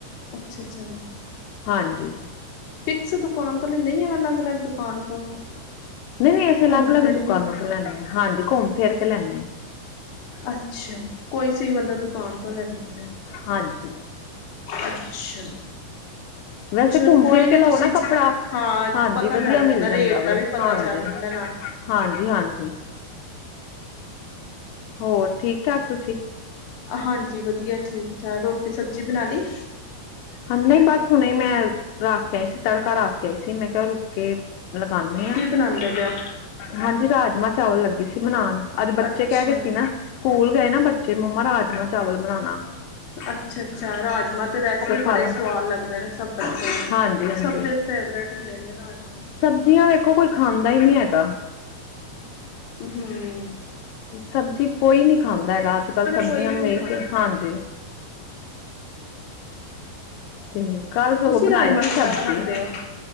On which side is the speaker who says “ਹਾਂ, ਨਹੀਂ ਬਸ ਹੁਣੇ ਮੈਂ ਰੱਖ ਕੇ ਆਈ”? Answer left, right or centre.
Left